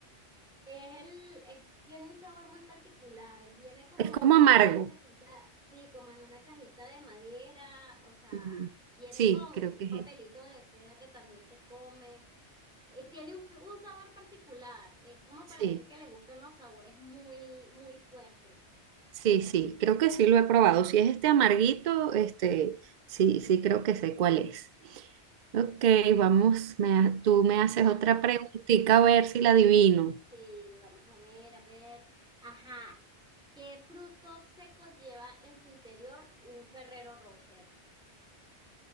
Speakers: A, in the centre; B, on the right (about 55°).
A: Es el, es- tiene un sabor muy particular. Él viene como
B: Es como amargo.
A: en una cajita, sí, como en una cajita de madera, o sea,
B: Ujú.
A: viene
B: Sí,
A: con un
B: creo que es
A: papelito
B: este.
A: de seda que también se come. Eh, tiene un, un sabor particular. Es como para
B: Sí.
A: gente que le gustan los sabores muy, muy fuertes.
B: Sí, sí, creo que sí lo he probado. Si es este amarguito, este, sí, sí creo que sé cuál es. Ok, vamos, me ha- tú me haces
A: Ajá.
B: otra preguntita a ver si la adivino.
A: Sí, vamos a ver, a ver. Ajá. ¿Qué fruto seco lleva en su interior un Ferrero Rocher?